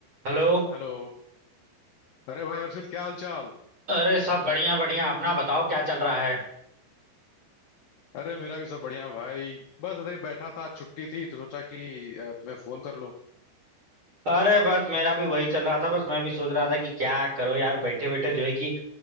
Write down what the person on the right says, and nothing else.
Hello
अरे सब बढ़िया बढ़िया अपना बताओ क्या चल रहा है
अरे बस मेरा भी वही चल रहा था बस मैं भी सोच रहा था कि क्या करो यार बैठे बैठे जो है कि